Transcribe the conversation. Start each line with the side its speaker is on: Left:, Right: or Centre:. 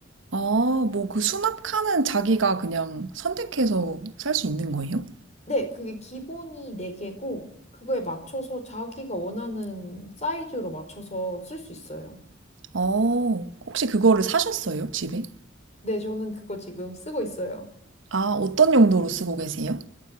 Right: 아, 뭐 그 수납칸은 자기가 그냥 선택해서 살 수 있는 거예요?
Left: 네, 그게 기본이 네개고 그거에 맞춰서 자기가 원하는 사이즈로 맞춰서 쓸 수 있어요.
Right: 어, 혹시 그거를 사셨어요? 집에?
Left: 네, 저는 그거 지금 쓰고 있어요.
Right: 아, 어떤 용도로 쓰고 계세요?